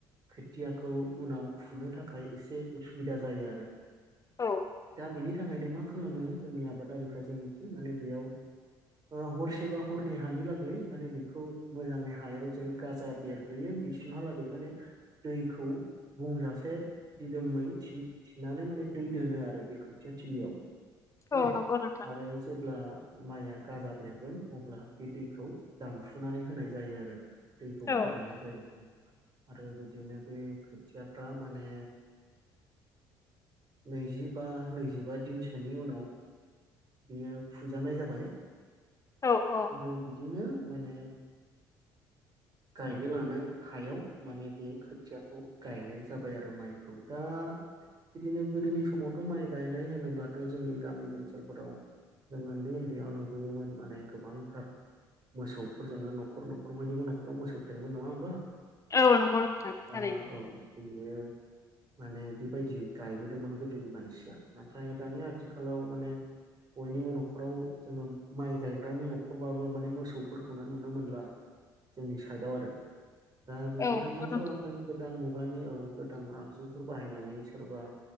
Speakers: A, on the right (about 40°); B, on the left (about 25°).
A: खोथियाखौ उनाव फुनो थाखाय एसे उसुबिदा जायो आरो।
B: औ
A: दा बेनि थाखायनो मा खालामो जोंनि आबादारिफ्रा जोंनिथिं माने बेयाव अ हरसेबो हरनै हानि लागै माने बेखौ मोजाङै हायाव जेन गाजा बेरग्रोयो बिसिमहालागै माने दैखौ बुंजासे दिदोमै थिन थिनानै माने दै दोनो आरो बे खोथिया थिलियाव
B: औ
A: हो
B: नंगौ नोंथां
A: आरो जेब्ला माइआ गाजा बेरगोन अब्ला बे दैखौ दानफुनानै होनाय जायो आरो। दैखौ
B: औ
A: फोराननाय जायो। आरो बिदिनो बे खोथियाफ्रा माने नैजिबा नैजिबा दिनसोनि उनाव बेयो फुजानाय जाबाय <inaudible>
B: औ औ
A: आरो बिदिनो माने
B: <inaudible>
A: गायनो लानाय हायाव माने बे खोथियाखौ गायनाय जाबाय आरो माइखौ दा बिदिनो गोदोनि समावथ' माइ गायनाय होनोब्लाथ' जोंनि गामि ओनसोलफोराव जों उन्दै उन्दैयाव नुबोयोमोन माने गोबांथार मोसौफोरजोंनो न'खर न'खर बयनिबो न'खराव मोसौ थायोमोन नङा होमबा।
B: औ नंगौ नोंथां थारैनो
A: औ बेयो माने बेबायदि गायबोदोंमोन गोदोनि मानसिया। नाथाय दानि आथिखालाव माने बयनिबो न'खराव जोङो माइ गायग्रानि न'खरबाबो माने मोसौफोरखौनो नुनो मोनला। जोंनि साइडआव आरो। दा बिसोरो
B: औ नंगौ
A: मा
B: नोंथां
A: खालामदों गोदान मुगानि औ गोदान आगजुफोर बाहायनानै सोरबा